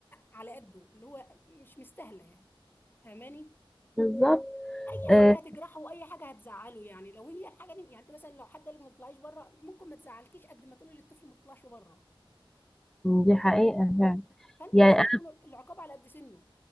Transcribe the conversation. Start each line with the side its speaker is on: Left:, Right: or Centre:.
Left: على قده اللي هو مش مستاهله يعني فاهماني
Centre: بالظبط
Left: اي
Centre: آه،
Left: حاجه هتجرحه واي حاجه هتزعله يعني لو هي الحاجه دي يعني انت مثلا لو حد قال لك ما تطلعيش بره ممكن ما تزعلكيش قد ما تقولي للطفل ما تطلعش بره
Centre: دي حقيقة فعلا
Left: فانت
Centre: يعني
Left: لازم
Centre: أنا
Left: يكون العقاب على قد سنه